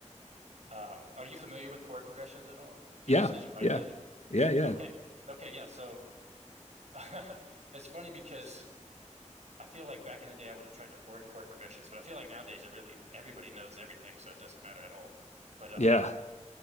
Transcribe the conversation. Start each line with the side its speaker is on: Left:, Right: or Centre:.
Right: Um, are you familiar with chord progressions at all? Because
Left: Yeah,
Right: you said you write
Left: yeah,
Right: music.
Left: yeah, yeah,
Right: Okay. Okay, yeah. So <laughs> it's funny because I feel like back in the day I would have tried to hoard chord progressions, but I feel like nowadays it really everybody knows everything, so it doesn't matter at all. But um
Left: yeah,